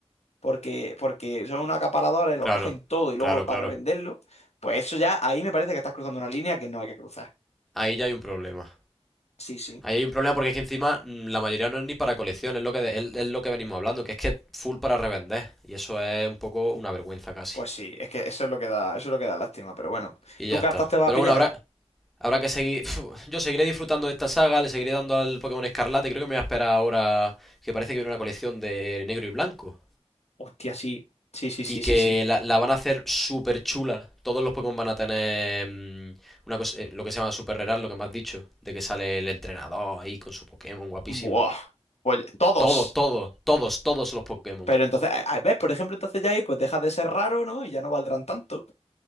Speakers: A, on the left; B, in the centre.
A: porque, porque son unos acaparadores, lo
B: Claro,
A: cogen todo y luego
B: claro,
A: para
B: claro.
A: revenderlo, pues eso ya, ahí me parece que estás cruzando una línea que no hay que cruzar.
B: Ahí ya hay un problema.
A: Sí, sí,
B: Ahí hay un problema porque es que encima mm, la mayoría no es ni para colección, es lo que, de- es es lo que venimos hablando, que es que full para revender. Y eso es un poco una vergüenza casi.
A: pues sí, es que eso es lo que da, eso es lo que da lástima, pero bueno,
B: Y
A: ¿tú
B: ya
A: cartas
B: está.
A: te vas
B: Pero
A: a pillar?
B: bueno, habrá, habrá que seguir. Uf, Yo seguiré disfrutando de esta saga, le seguiré dando al Pokémon Escarlate. Creo que me voy a esperar ahora que parece que viene una colección de negro y blanco.
A: Hostia, sí, sí, sí, sí,
B: Y que
A: sí, sí.
B: la, la van a hacer súper chula. Todos los Pokémon van a tener mm, una cosa, eh, lo que se llama Super Rare, lo que me has dicho. De que sale el entrenador ahí con su Pokémon, guapísimo.
A: Buah, pues todos.
B: Todos, todos, todos, todos los Pokémon.
A: Pero entonces, a- a- ¿ves? Por ejemplo, entonces ya ahí pues dejas de ser raro, ¿no? Y ya no valdrán tanto.